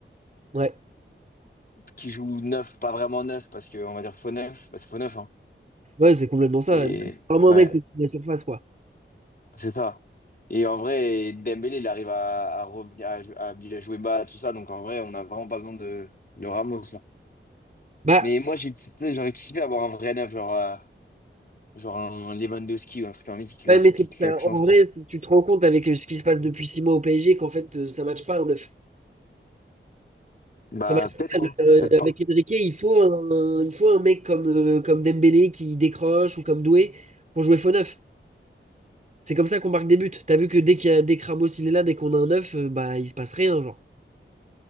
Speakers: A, on the right; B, on the left.
A: Ouais,
B: qui joue neuf, pas vraiment neuf, parce qu'on va dire faux neuf, bah, c'est faux neuf, hein.
A: ouais, c'est complètement ça.
B: Et
A: C'est vraiment
B: ouais,
A: un mec au-dessus de la surface, quoi.
B: C'est ça. Et en vrai, Dembélé, il arrive à, à revenir, à, jou- à bien jouer bas, tout ça. Donc en vrai, on n'a vraiment pas besoin de, de Ramos, là.
A: Bah,
B: Mais moi, j'ai, tu sais, j'aurais kiffé avoir un vrai neuf, genre, euh, genre un Lewandowski ou un truc comme ça qui claque,
A: ouais, mais c'est
B: qui claque
A: ça,
B: sans.
A: en vrai, c'est- tu te rends compte avec euh, ce qui se passe depuis six mois au PSG qu'en fait, euh, ça matche pas un neuf.
B: Bah,
A: Ça marche
B: peut-être,
A: pas,
B: hein.
A: le-
B: Peut-être
A: avec
B: pas.
A: Enrique, il faut un, il faut un mec comme, euh, comme Dembélé qui décroche ou comme Doué pour jouer faux neuf. C'est comme ça qu'on marque des buts. T'as vu que dès qu'il y a, dès que Ramos il est là, dès qu'on a un neuf, euh, bah il se passe rien, genre.